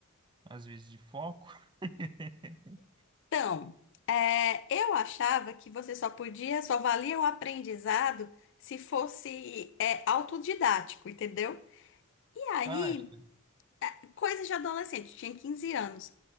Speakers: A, on the right; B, on the left.
A: às vezes de foco? <laughs>
B: Então, é, eu achava que você só podia, só valia o aprendizado se fosse, é, autodidático, entendeu? E aí,
A: Acha?
B: coisa de adolescente, tinha 15 anos.